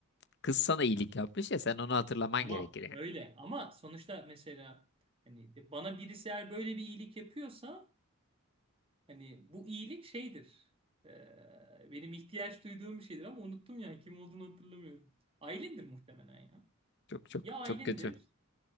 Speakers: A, on the left; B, on the right.
A: kız sana iyilik yapmış ya sen onu hatırlaman
B: Tamam
A: gerekir yani.
B: öyle ama sonuçta mesela hani e, bana birisi eğer böyle bir iyilik yapıyorsa hani bu iyilik şeydir. Ee, benim ihtiyaç duyduğum bir şeydir ama unuttum ya kim olduğunu hatırlamıyorum. Aylin'dir muhtemelen ya.
A: Çok çok
B: Ya Aylin'dir
A: çok kötü.